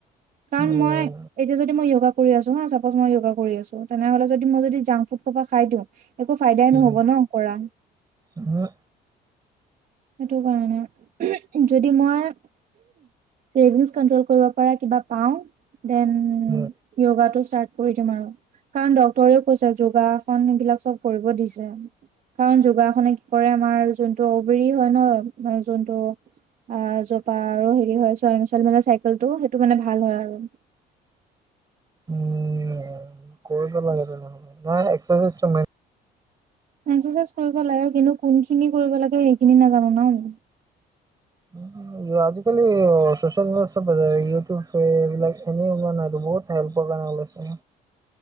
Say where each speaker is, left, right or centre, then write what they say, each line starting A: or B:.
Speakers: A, on the right; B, on the right.
A: কাৰণ
B: উম,
A: মই এতিয়া যদি মই য়োগা কৰি আছো হা চাপজ মই যোগা কৰি আছো তেনেহলে যদি মই যদি জাংক- ফুড সপা খাই দিওঁ একো ফাইদাই
B: উম,
A: নহ'ব ন' কৰা।
B: উম,
A: সেইটো কাৰণে যদি মই ৰিভিউজ কণ্ট্ৰল কৰিব পাৰা বা পাওঁ ডেন
B: উম,
A: য়গাটো ষ্টাৰ্ট কৰি দিম আৰু কাৰণ ডক্তৰেও কৈছে যোগাসন এইবিলাক চব কৰিব দিছে। কাৰণ যোগাসনে কি কৰে আমাৰ যোনটো অবৰি হয় ন'যোনটো আহ, জোতা আৰু হেৰি হয় ছো -ছোৱালী মানুহৰ চাইকেলটো সেইটো মানে ভাল হয় আৰু। <inaudible>
B: উম, কৰিব লাগে তেনেহ'লে নহয় এক্সাৰচাইজ টো মেইন।
A: একচেচাইজ কৰিব লাগে কিন্তু কোনখিনি কৰিব লাগে সেইখিনি নাজানো ন' আমি।
B: উম, আজিকালি ইয় চচিয়েল মিডিয়া চব ইউটিউব এইবিলাক এনেই ওলোৱা নাইটো। বহুত হেল্পৰ কাৰনে ওলাইছে।